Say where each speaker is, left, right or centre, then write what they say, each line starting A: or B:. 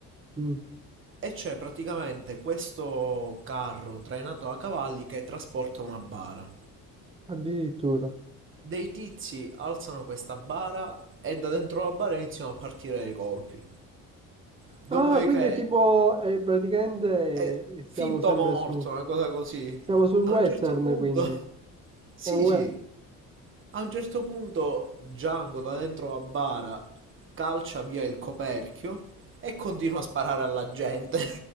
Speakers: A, on the right (about 15°); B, on the right (about 40°).
A: mhm.
B: e c'è praticamente questo carro trainato a cavalli che trasporta una bara.
A: Addirittura.
B: Dei tizi alzano questa bara e da dentro la bara iniziano a partire dei colpi. Dopodiché
A: Ah, quindi tipo, eh, praticamente
B: è
A: eh, siamo
B: finto
A: sempre
B: morto,
A: su,
B: una cosa così.
A: siamo sul western,
B: A un certo punto,
A: quindi.
B: sì,
A: È un we-
B: sì, a un certo punto Django da dentro la bara calcia via il coperchio e continua a sparare alla gente.